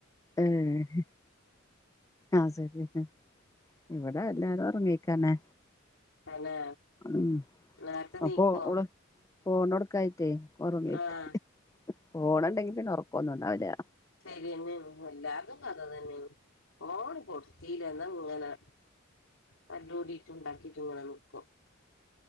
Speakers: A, on the left; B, on the left.
A: ഏഹ് ആ സെരി ഇവിടെ എല്ലാരും ഒറങ്ങീക്കന്നെ
B: തന്നെ
A: ഉം
B: നേരത്തെ നീക്കോ
A: ഒക്കെ ഓള് ഫോണ് കൊടുക്കായിറ്റേ ഒറങ്ങിക്കാ
B: ആഹ്
A: ഫോണ് ഇണ്ടെങ്കി പിന്നെ ഒറക്കൊന്നുണ്ടാവില്ല.
B: ശരിതന്നെയാണ്, എല്ലാരതും കഥ ഇതെന്നെയാണ് ഫോണ് കൊടുത്തീല ഇന്നാ ഇങ്ങനെ തല്ല് കൂടീട്ടും ഇണ്ടാക്കീറ്റും ഇങ്ങനെ നിക്കും.